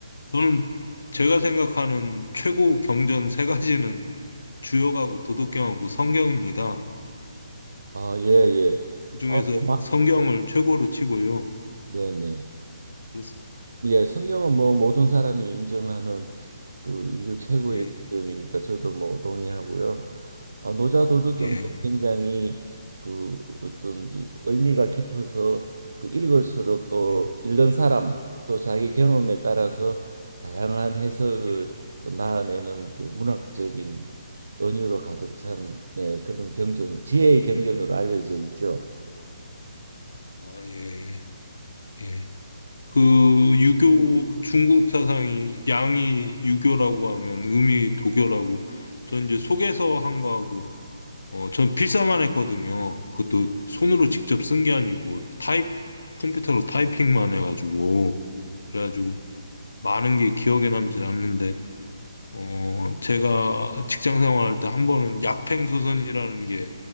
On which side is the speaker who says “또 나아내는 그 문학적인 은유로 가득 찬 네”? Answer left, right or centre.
Right